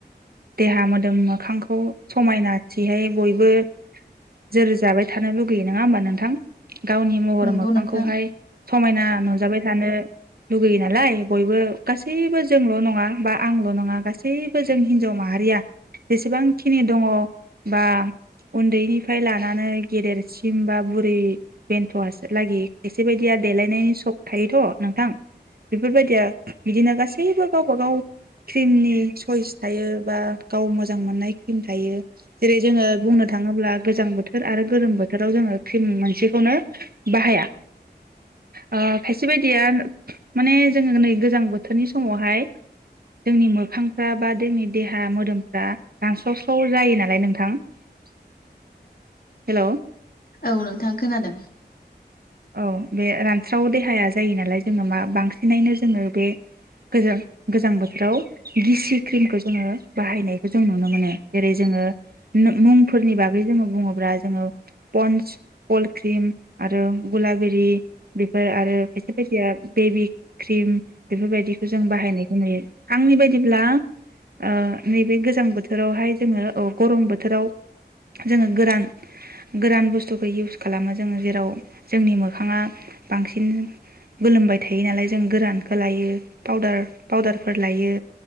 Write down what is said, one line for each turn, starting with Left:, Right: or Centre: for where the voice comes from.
Right: देहा मोदोम मोखांखौ समायनाथिहाय बयबो जोर जाबाय थानो लुगैयो नङा होमबा नोंथां? गावनि महर
Left: नंगौ
Right: मोखांखौहाय
Left: नोंथां
Right: समायना नुजाबाय थानो लुुगैयो नालाय बयबो गासैबो जोंल' नङा बा आंल' नङा गासैबो जों हिनजाव माहारिया जेसेबांखिनि दङ बा उन्दैनिफ्राय लानानै गेदेरसिम बा बुरै बेन्थ' लागि एसेबायदिया देलायनायनि सक थायोथ' नोंथां बेफोरबायदिया बिदिनो गासैबो गावबा गाव क्रिमनि सइस थायो। बा गाव मोजां मोननाय क्रिम थायो जेरै जोङो बुंनो थाङोब्ला गोजां बोथोर आरो गोलोम बोथोराव जोङो क्रिम मोनसेखौनो बाहाया ओ खायसे बायदिया माने जोङो नै गोजां बोथोरनि समावहाय जोंनि मोखांफ्रा बा जोंनि देहा मोदोमफ्रा रानस्रावस्राव जायो नालाय नोंथां हेल'
Left: औ नोंथां खोनादों
Right: औ बे रानस्राव देहाया जायो नालाय जोङो मा बांसिनैनो जोङो बे गोजां गोजां बोथोराव गिसि क्रिमखौ जोङो बाहायनायखौ जों नुनो मोनो जेरै जोङो मुंफोरनि बागै जोङो बुङोब्ला जोङो पन्स कल्ड क्रिम आरो गलाबेरि बेफोर आरो खायसे बायदिया बेबि क्रिम बेफोरबायदिखौ जों बाहायनायखौ नुयो आंनि बायदिब्ला ओ नैबे गोजां बोथोरावहाय जोङो अ गरम बोथोराव जोङो गोरान गोरान बुस्थुखौ इउस खालामो जोङो जेराव जोंनि मोखाङा बांसिन गोलोमबाय थायो नालाय जों गोरानखौ लायो पाउदार पाउदारफोर लायो